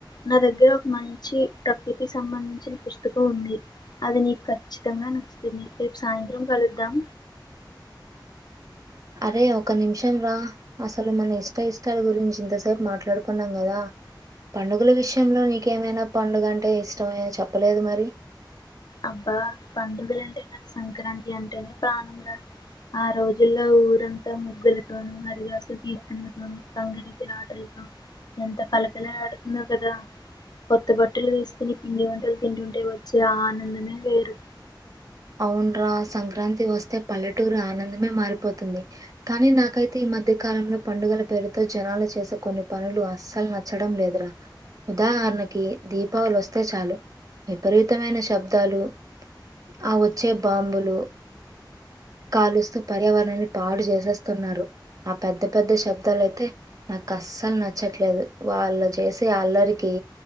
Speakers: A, on the left; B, on the right.
A: నా దగ్గర ఒక మంచి ప్రకృతికి సంబంధించిన పుస్తకం ఉంది అది నీకు ఖచ్చితంగా నచ్చుతుంది రేపు సాయంత్రం కలుద్దాం
B: అరే ఒక నిమిషం రా అసలు మన ఇష్ట ఇష్టాల గురించి ఇంతసేపు మాట్లాడుకున్నాం కదా పండుగల విషంలో నీకేమైనా పండుగ అంటే ఇష్టమ చెప్పలేదు మరి
A: అబ్బా పండుగలు అంటే నాక్ సంక్రాంతి అంటేనే ప్రాణం రా ఆ రోజుల్లో ఊరంతా ముగ్గులతోనూ హరిదసు తిర్తనలతోన తంగడితే ఆటలతో ఎంత కళకళలాడుతుందో కదా కొత్త బట్టలు వేస్కుని పిండి వంటలు తింటుంటే వచ్చే ఆ ఆనందమే వేరు
B: అవున్రా సంక్రాంతి వస్తే పల్లెటూరు ఆనందమే మారిపోతుంది. కానీ నాకైతే ఈ మధ్య కాలంలో పండుగల పేరుతో జనాలు చేసే కొన్ని పనులు అస్సలు నచ్చ చ్చడం లేదురా ఉదాహరణకి దీపావళి ఒస్తే చాలు విపరీతమైన శబ్దాలు ఆ వోచ్చే బాంబులు కాలుస్తూ పర్యావరణాన్ని పాడు జేసేస్తున్నారు ఆ పెద్ద పెద్ద శబ్దాలైతే నాకు ఆస్సాల్ నచ్చట్లేదు వాళ్ళు చేసే అల్లరికి